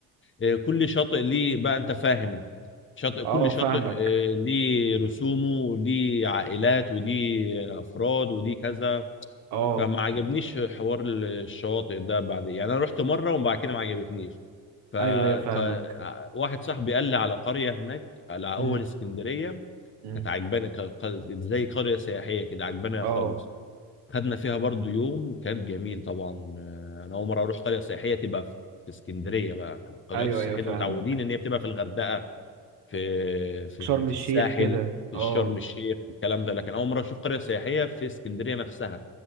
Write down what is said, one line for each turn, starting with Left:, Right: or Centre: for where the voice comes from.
Left: آه، كل شاطئ ليه بقى انت فاهم شاطئ
Right: اه
Left: كل
Right: فاهمك
Left: شاطئ آه، ليه رسومه وليه عائلات ودي افراد ودي كذا
Right: اه
Left: فما عجبنيش حوار الشواطئ ده بعد يعني انا رحت مره وبعد كده ما عجبتنيش فواحد
Right: ايوه ايوه فاهمك
Left: صاحبي قال لي على قرية هناك على أول
Right: مم.
Left: اسكندرية
Right: مم.
Left: كانت عجباني ك- ق- زي قرية سياحية كده عجباني
Right: اه
Left: خالص خدنا فيها برضو يوم كان جميل طبعا آه، أنا أول مرة أروح قرية سياحية تبقى في في اسكندرية بقى القريات
Right: ايوه
Left: السياحية
Right: ايوه فاهمك
Left: دي متعودين إن هي بتبقى في الغردقة في في
Right: شرم
Left: في
Right: الشيخ
Left: الساحل
Right: كده
Left: في
Right: اه
Left: شرم الشيخ الكلام ده لكن أول مرة أشوف قرية سياحية في اسكندرية نفسها